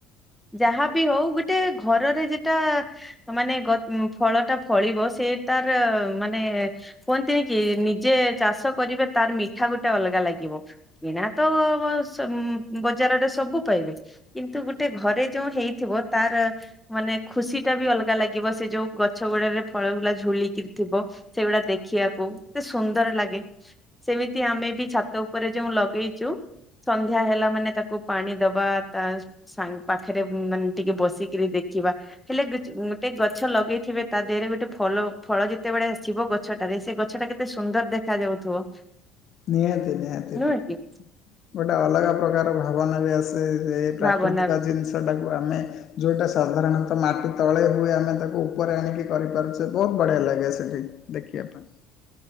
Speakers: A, in the centre; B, on the left (about 45°).
A: ଯାହାବି ହଉ ଗୋଟେ ଘରରେ ଯେଟା ମାନେ ଗଚ ଫଳ ଟା ଫଳିବ ସେ ତାର ମାନେ କୁହନ୍ତିନିକି ନିଜେ ଚାଷ କରିବେ ତାର ମିଠା ଗୋଟେ ଅଲଗା ଲାଗିବ। ଏଣା ତ ବସମ୍ ବଜାରରେ ସବୁ ପାଇବେ। କିନ୍ତୁ ଗୋଟେ ଘରେ ଯୋଉ ହେଇଥିବ ତାର ମାନେ ଖୁସି ଟା ବି ଅଲଗା ଲାଗିବ ସେ ଯୋଉ ଗଛ ଗୁଡ଼ାରେ ଫଳଗୁଡ଼ା ରେ ଝୁଲିକି ଥିବ। ସେଇଗୁଡା ଦେଖିବାକୁ ଏତେ ସୁନ୍ଦର ଲାଗେ। ସେମିତି ଆମେ ବି ଛାତ ଉପରେ ଯେଉ ଲଗେଇଚୁ। ସନ୍ଧ୍ୟା ହେଲା ମାନେ ତାକୁ କୁ ପାଣି ଦବା ତା ସାଙ୍ଗ ପାଖରେ ମାନେ ଟିକେ ବସିକିରି ଦେଖିବା। ହେଲେ ଗେ ଗୋଟେ ଗଛ ଲଗେଇଥିବେ ତା ଦେହରେ ଗୋଟେ ଫଲ ଫଳ ଯେତେବେଳେ ଆସିବ ଗଛ ଗଛଟାରେ ସେ ଗଛ ଟା କେତେ ସୁନ୍ଦର ଦେଖା ଯାଉଥିବ।
B: ନିହାତି ନିହାତି
A: ନୁହେଁ
B: ଗୋଟେ।
A: କି
B: ଗୋଟେ ଅଲଗା ପ୍ରକାର ଭାବନା ବି ଆସେ। ଯେ ପ୍ରାକୃତିକ
A: ଭାବନା
B: ଜିନିଷଟାକୁ ଆମେ ଯଉଁଟା ସାଧାରଣତଃ ମାଟି ତଳେ ହୁଏ ଆମେ ତାକୁ ଉପରେ ଆଣିକି କରିପାରୁଛେ ବହୁତୁ ବଢ଼ିଆ ଲାଗେ ସେଠି। ଦେଖିବା ପାଇଁ।